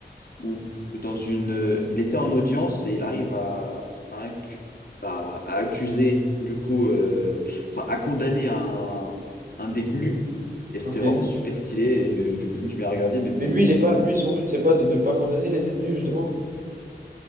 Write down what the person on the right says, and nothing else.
Ok.
Mais lui, il est pas... lui, son but, c'est pas de ne pas condamner les détenus, justement.